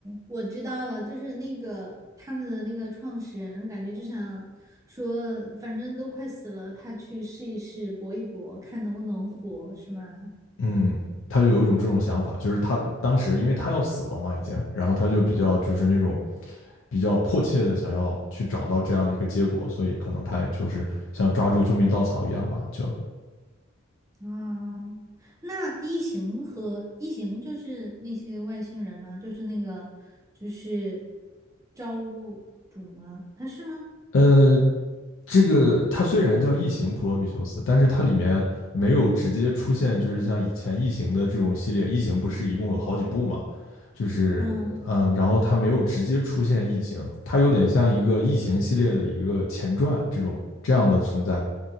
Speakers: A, on the right; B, on the left.
A: 我知道了，就是那个他们的那个创始人，感觉就想说，反正都快死了，他去试一试，搏一搏，看能不能活，是吗？
B: 嗯。他就有一种这种想法，就是他当时因为他要死了嘛，已经，然后他就比较就是那种比较迫切的想要去找到这样一个结果，所以可能他也就是像抓住救命稻草一样吧，就
A: 啊，那异形和异形就是那些外星人吗？就是那个就是造物主吗？他是吗？
B: 呃，这个它虽然叫异形普罗米修斯，但是它里面没有直接出现，就是像以前异形的这种系列，异形不是一共有好几部嘛？就是呃嗯，
A: 嗯，
B: 然后它没有直接出现异形，它有点像一个异形系列的一个前传这种这样的存在，